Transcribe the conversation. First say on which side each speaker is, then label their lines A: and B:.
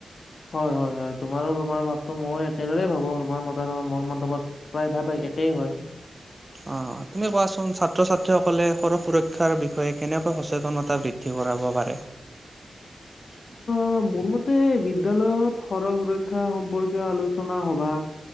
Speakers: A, on the left; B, on the right.
A: হয় হয় হয় তোমাৰো তোমাৰ ভাৱটো মই একেদৰে ভাবো তোমাৰ <inaudible> মোৰ মতামত। প্ৰায় ভাবে একেই হয়।
B: অ তুমি কোৱাচোন ছাত্ৰ ছাত্ৰীসকলে সৰহ সুৰক্ষাৰ বিষয়ে কেনেকৈ সচেতনতা বৃ। দ্ধি কৰাব পাৰে। <unintelligible>
A: অ মোৰ মতে বিদ্য়ালয়ত সডক সুৰক্ষা সম্পৰ্কীয় আলোচনা সবা।